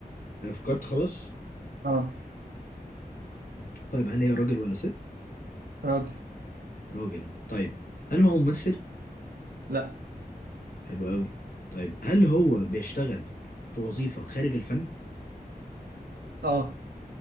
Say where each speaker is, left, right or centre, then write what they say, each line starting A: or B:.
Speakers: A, on the left (about 65°); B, on the right (about 75°).
A: آه، فكرت خلاص
B: اه
A: طيب هل هي راجل ولا ست؟
B: راجل
A: راجل طيب هل هو ممثل؟
B: لأ
A: حلو قوي طيب هل هو بيشتغل في وظيفة خارج الفن؟
B: اه